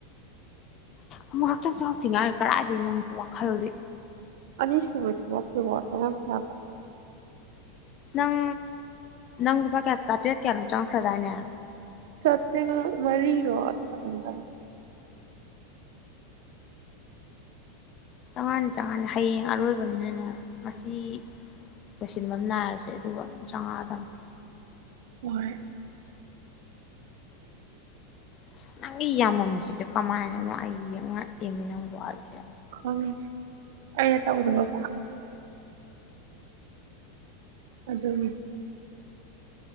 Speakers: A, on the left; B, on the right.
A: ꯑꯃꯛꯨꯔꯛꯇꯪ ꯆꯇꯤꯉꯥꯏ ꯀꯔꯥꯏꯗꯒꯤ ꯅꯪ ꯋꯥꯈꯜꯗꯤ
B: ꯑꯅꯤ ꯁꯨꯕ ꯆꯉꯛꯇꯦꯀꯣ ꯋꯥ ꯑꯃ ꯊꯌꯥ
A: ꯅꯪ ꯅꯪ ꯂꯨꯄꯥ ꯀꯌꯥ ꯆꯥꯇ꯭ꯔꯦꯠ ꯀꯌꯥꯅꯣ ꯆꯪꯉꯛꯈ꯭ꯔꯗꯥꯏꯅꯦ
B: ꯆꯠ <unintelligible> ꯃꯔꯤꯔꯣ ꯑꯗꯨꯗ
A: ꯆꯪꯉꯥꯅꯤ ꯆꯪꯉꯥꯅꯤ ꯍꯌꯦꯡ ꯑꯔꯣꯏꯕꯅꯤꯅꯅꯦ ꯃꯁꯤ ꯂꯣꯏꯁꯤꯟꯕ ꯑꯃ ꯅꯥꯏꯔꯁꯦ ꯑꯗꯨꯒ ꯆꯥꯝꯃꯉꯥꯗꯪ
B: ꯍꯣꯏ
A: ꯑꯁ ꯅꯪꯒꯤ ꯌꯥꯝꯃꯝꯗ꯭ꯔꯤꯁꯦ ꯀꯃꯥꯏꯅꯅꯣ ꯑꯩ ꯌꯦꯡꯉꯛꯏꯅꯦ ꯅꯪꯕꯨ ꯑꯩꯁꯦ
B: ꯈꯪꯗꯤ ꯑꯩꯅ ꯇꯧꯗꯕꯀ ꯑꯗꯨꯒꯤ